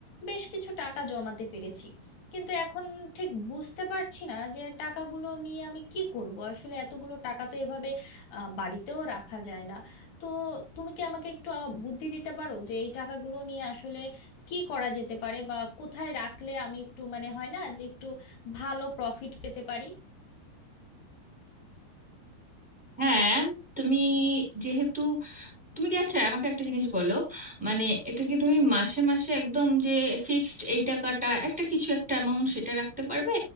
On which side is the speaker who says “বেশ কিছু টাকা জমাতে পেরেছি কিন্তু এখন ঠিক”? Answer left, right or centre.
Left